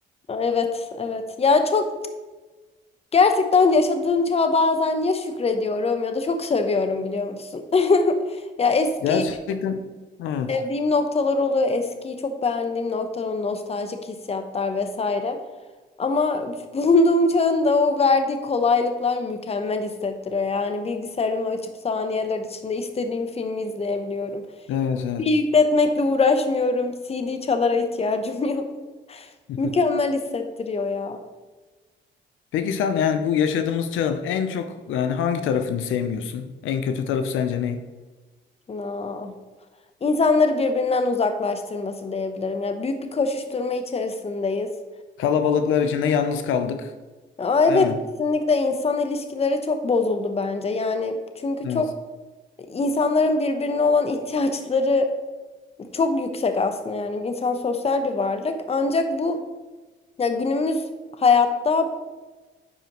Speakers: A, on the left; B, on the left.
A: evet evet. Ya çok gerçekten yaşadığım çağa bazen ya şükrediyorum ya da çok seviyorum biliyor musun? <laughs> Ya eski
B: Gerçekten evet.
A: Sevdiğim noktalar oluyor. Eskiyi çok beğendiğim noktalar, o nostaljik hissiyatlar vesaire. Ama <laughs> bulunduğum çağın da o verdiği kolaylıklar mükemmel hissettiriyor. Yani bilgisayarımı açıp saniyeler içinde istediğim filmi izleyebiliyorum.
B: Evet evet.
A: Bir yükletmekle uğraşmıyorum. CD çalara ihtiyacım yok. <laughs>
B: <laughs>
A: Mükemmel hissettiriyor ya.
B: Peki sen yani bu yaşadığımız çağın en çok yani hangi tarafını sevmiyorsun? En kötü tarafı sence ne?
A: Na. İnsanları birbirinden uzaklaştırması diyebilirim. Ya büyük bir koşuşturma içerisindeyiz.
B: Kalabalıklar içinde yalnız kaldık,
A: Aa, evet
B: değil mi?
A: kesinlikle insan ilişkileri çok bozuldu bence. Yani çünkü
B: Evet.
A: çok insanların birbirine olan ihtiyaçları çok yüksek aslında yani insan sosyal bir varlık. Ancak bu ya günümüz hayatta